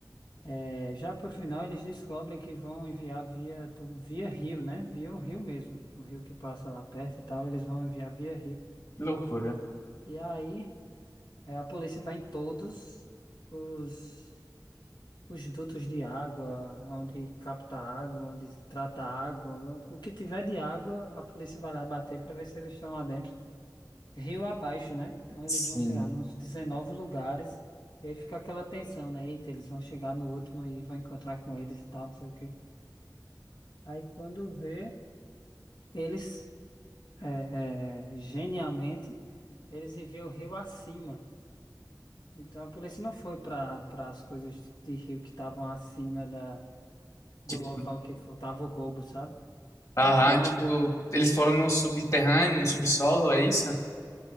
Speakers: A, on the left; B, on the left.
A: eh, já por final eles descobrem que vão enviar via tu- via rio, né? Via um rio mesmo, o rio que passa lá perto e tal, eles vão enviar via rio.
B: Que Loucura.
A: E aí eh, a polícia vai em todos os os dutos de água, onde capta água, onde trata água, o que tiver de água, a polícia vai lá bater para ver se eles estão lá dentro. rio abaixo, né? Então eles
B: Sim.
A: vão chegar nos 19 lugares e aí fica aquela tensão, né? Eita, eles vão chegar no último e vão encontrar com eles e tal, não sei o quê. Aí quando vê, eles, é, é, genialmente, eles enviam o rio acima. Então a polícia não foi para para as coisas de rio que estavam acima da, do
B: Tipo,
A: local que foi tava o roubo, sabe?
B: aham,
A: Enfim, uma,
B: tipo, eles foram no subterrâneo, no subsolo, é isso?